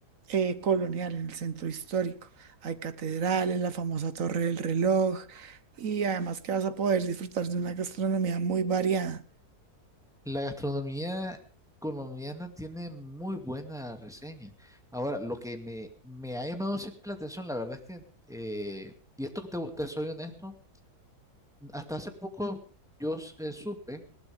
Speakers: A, on the right; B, in the centre.
A: eh, colonial, en el centro histórico. Hay catedrales, la famosa Torre del Reloj, y además que vas a poder disfrutar de una gastronomía muy variada.
B: La gastronomía colombiana tiene muy buena reseña. Ahora, lo que me, me ha llamado siempre la atención, la verdad es que, eh, y esto te, te soy honesto, hasta hace poco yo eh, supe